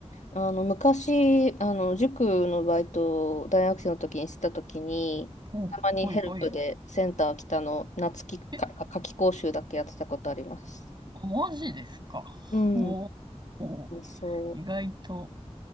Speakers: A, on the left; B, on the right.
A: あの、昔、あの、塾のバイトを大学生の時にしてた時に、
B: お、
A: たまにヘルプでセンター北の夏期かか夏期講習だけやってたことあります。
B: ほいほい。え、マジですか。
A: うん。
B: おお
A: そうそう。
B: 意外と、